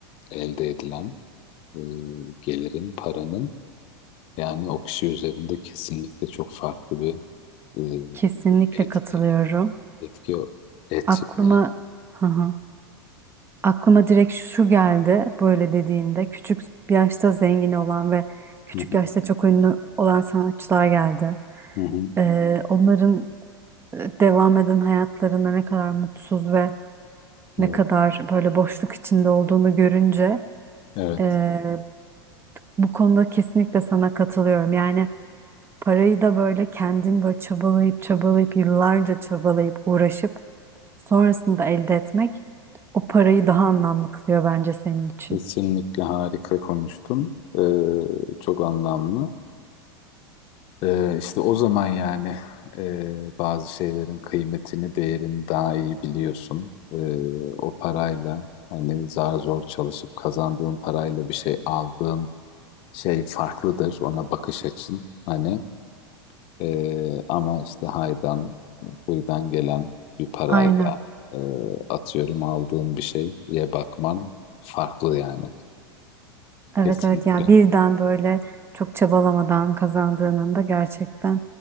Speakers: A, on the left; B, on the right.
A: elde edilen e, gelirin paranın Yani o kişi üzerinde kesinlikle çok farklı bir e,
B: Kesinlikle
A: etki
B: katılıyorum.
A: etki etki
B: Aklıma
A: neydi?
B: hı hı. Aklıma direkt şu, şu geldi böyle dediğinde küçük yaşta zengin olan ve küçük
A: Hı hı,
B: yaşta çok ünlü olan sanatçılar geldi.
A: hı hı.
B: Ee, onların e, devam eden hayatlarında ne kadar mutsuz ve ne
A: Evet,
B: kadar böyle boşluk içinde olduğunu görünce
A: evet.
B: e, bu konuda kesinlikle sana katılıyorum. Yani parayı da böyle kendin böyle çabalayıp çabalayıp yıllarca çabalayıp uğraşıp sonrasında elde etmek o parayı daha anlamlı kılıyor bence senin için.
A: Kesinlikle harika konuştun. E, çok anlamlı. E, işte o zaman yani e, bazı şeylerin kıymetini, değerini daha iyi biliyorsun. E, o parayla hani zar zor çalışıp kazandığın parayla bir şey aldığın şey farklıdır. Ona bakış açın hani. Ee, ama işte haydan, huydan gelen bir parayla
B: Aynen.
A: e, atıyorum aldığın bir şeye bakman farklı yani.
B: Evet
A: Kesinlikle.
B: evet yani birden böyle çok çabalamadan kazandığının da gerçekten